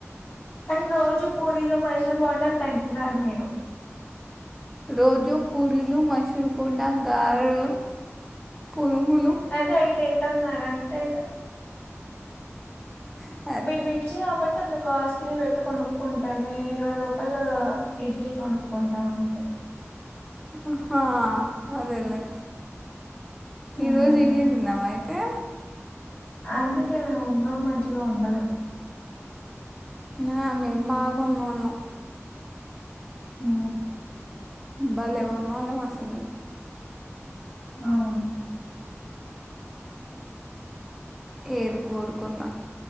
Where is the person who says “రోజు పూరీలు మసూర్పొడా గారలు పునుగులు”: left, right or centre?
Centre